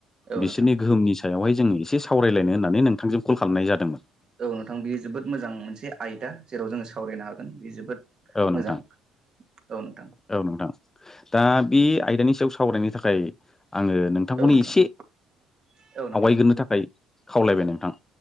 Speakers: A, on the right; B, on the left.
A: औ
B: बिसोरनि
A: नोंथां
B: गोहोमनि सायावहाय जोङो एसे सावरायलायनो होननानै नोंथांजों कल खालामनाय जादोंमोन।
A: औ नोंथां बे जोबोद मोजां मोनसे आयदा जेराव जोङो सावरायनो हागोन बेयो जोबोद
B: औ
A: मोजां
B: नोंथां।
A: औ नोंथां
B: औ नोंथां दा बे आयदानि सायाव सावरायनो थाखाय आङो नोंथांखौनो
A: औ नोंथां
B: एसे
A: औ नोंथां
B: आवगायग्रोनो थाखाय खावलायबाय नोंथां।